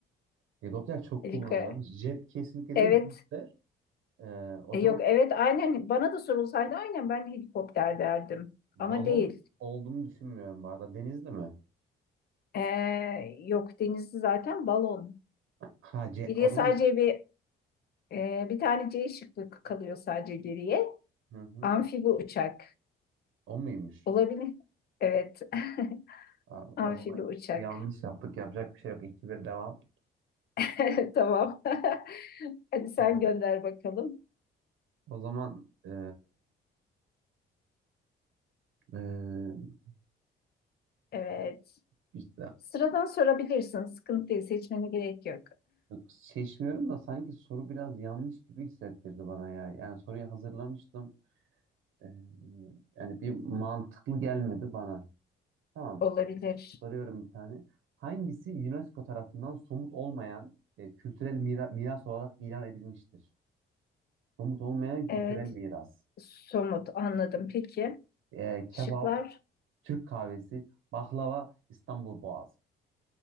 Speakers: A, on the right (about 85°); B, on the left (about 50°).
A: Helikopter çok
B: Helikopter.
A: kullanılıyor. Jet kesinlikle
B: Evet.
A: değil helikopter. Ee, o
B: E,
A: zaman
B: yok evet aynen bana da sorulsaydı aynen ben de helikopter derdim.
A: Balon
B: Ama değil.
A: olduğunu düşünmüyorum bu arada. Denizli mi?
B: E, yok denizli zaten balon.
A: Ha C
B: Geriye
A: o zaman
B: sadece bir e, bir tane C şıkkı kalıyor sadece geriye.
A: hı hı.
B: Amfibi uçak.
A: O muymuş?
B: Olabilir. Evet. <laughs>
A: Abi, o
B: Amfibi
A: zaman
B: uçak.
A: yanlış yaptık. Yapacak bir şey yok. 2 bir devam.
B: <laughs> Tamam. <laughs> Hadi sen
A: Ha.
B: gönder bakalım.
A: O zaman e, e,
B: Evet.
A: işte
B: Sıradan sorabilirsin. Sıkıntı değil. Seçmene gerek yok.
A: yok, seçmiyorum da sanki soru biraz yanlış gibi hissettirdi bana ya. Yani soruyu hazırlamıştım. E, yani bir mantıklı gelmedi bana. Tamam.
B: Olabilir.
A: Soruyorum bir tane. Hangisi UNESCO tarafından somut olmayan e, kültürel mira- miras olarak ilan edilmiştir? somut olmayan kültürel
B: Evet.
A: miras.
B: Somut anladım. Peki.
A: Ee, kebap,
B: Şıklar.
A: Türk kahvesi, baklava, İstanbul Boğazı.